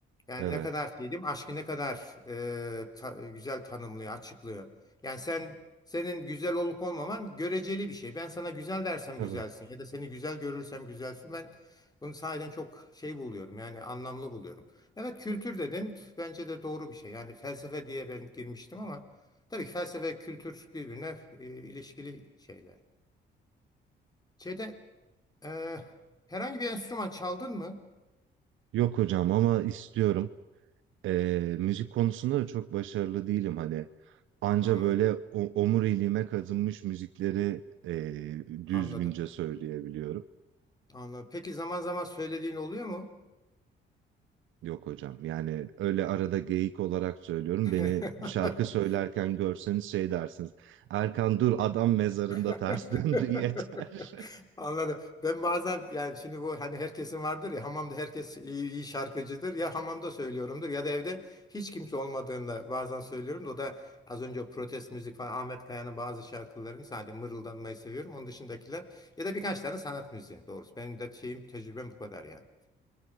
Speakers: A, on the left; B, on the right.
A: yani
B: Evet.
A: ne kadar şeydim, aşkı ne kadar e, ta- güzel tanımlıyor, açıklıyor. Yani sen senin güzel olup olmaman göreceli bir şey. Ben sana güzel dersem
B: Tabii.
A: güzelsin ya da seni güzel görürsem güzelsin. Ben bunu sahiden çok şey buluyorum yani anlamlı buluyorum. Evet kültür dedin. Bence de doğru bir şey. Yani felsefe diye ben girmiştim ama tabii ki felsefe kültür birbirine e, ilişkili şeyler. Şeyde e, herhangi bir enstrüman çaldın mı?
B: Yok hocam ama istiyorum. E, müzik konusunda da çok başarılı değilim hani. Anca
A: Hmm,
B: böyle o- omuriliğime kazınmış müzikleri e, düzgünce
A: anladım.
B: söyleyebiliyorum.
A: Anladım. Peki zaman zaman söylediğin oluyor mu?
B: Yok hocam yani öyle arada geyik olarak söylüyorum.
A: <laughs>
B: Beni şarkı söylerken görseniz şey dersiniz. Erkan dur adam mezarında
A: <laughs>
B: ters döndü <laughs> yeter.
A: Anladım. Ben bazen yani şimdi bu hani herkesin vardır ya hamamda herkes iyi, iyi şarkıcıdır ya hamamda söylüyorumdur ya da evde hiç kimse olmadığında bazen söylüyorum da o da az önce o protest müzik falan Ahmet Kaya'nın bazı şarkılarını sadece mırıldanmayı seviyorum. Onun dışındakiler ya da birkaç tane sanat müziği doğrusu. Benim de şeyim tecrübem bu kadar yani.